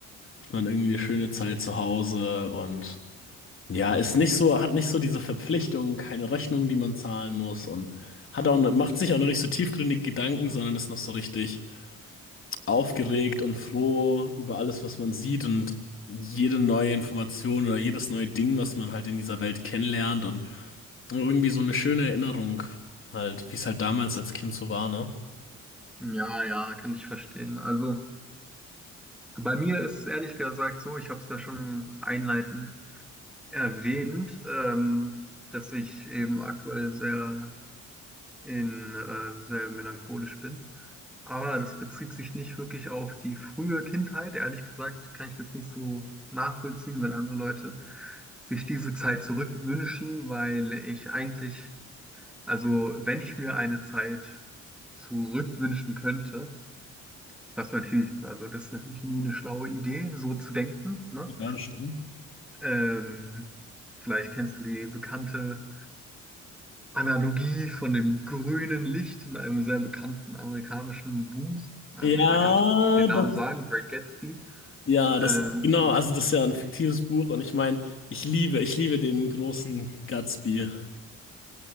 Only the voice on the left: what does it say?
hat man irgendwie eine schöne Zeit zu Hause und ja, ist nicht so, hat nicht so diese Verpflichtung, keine Rechnung, die man zahlen muss und hat auch, macht sich auch noch nicht so tiefgründige Gedanken, sondern ist noch so richtig aufgeregt und froh über alles, was man sieht und jede neue Information oder jedes neue Ding, was man halt in dieser Welt kennenlernt und und Irgendwie so eine schöne Erinnerung halt, wie es halt damals als Kind so war, ne?
Ja, das stimmt.
Ja,
das,
ja, das,
genau, also das ist ja ein fiktives Buch und ich meine, ich liebe, ich liebe den großen Gatsby.